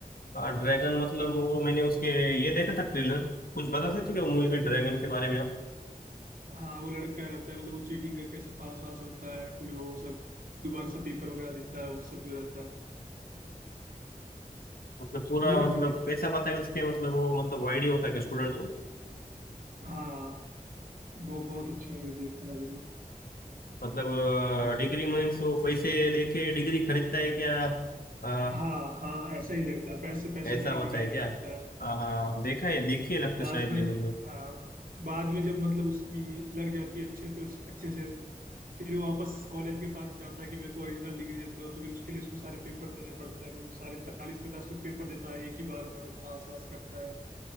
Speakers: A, on the left; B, on the right.
A: हाँ ड्रैगन मतलब वो मैंने उसके ये देखा था ट्रेलर कुछ बता सकते हो क्या मूवी में
B: अच्छा
A: ड्रैगन के बारे में आप
B: हाँ वो लड़का रहता है मतलब वो चीटिंग करके ऐसे पास वास होता है फिर वो सब दोबारा से पेपर वगैरह देता है वो सब जो रहता है
A: मतलब पूरा
B: वो भी
A: मतलब
B: बढ़िया मूवी
A: पैसा बताया उसके मतलब वो मतलब वाइड ही होता है कि स्टूडेंट को
B: हाँ बहुत बहुत अच्छी मूवी देखना जरूर
A: मतलब डिग्री मीन्स वो पैसे दे के डिग्री खरीदता है क्या आ,
B: हाँ हाँ ऐसा ही रहता है पैसे पैसे
A: ऐसा
B: देके
A: होता
B: डिग्री
A: है
B: खरीदता
A: क्या
B: है
A: हाँ हाँ, देखा है देखी है लगता
B: बाद
A: है शायद
B: में
A: मैंने
B: हाँ बाद में जब मतलब उसकी लग जाती है अच्छे तो उस- अच्छे से फिर वो वापस कॉलेज के पास जाता है कि मेरे को ओरिजिनल डिग्री दे दो तो फिर उसके लिए उसको सारे पेपर देने पड़ते हैं फिर वो सारे चालीस पचास कुछ पेपर देता है एक ही बार में और पास वास करता है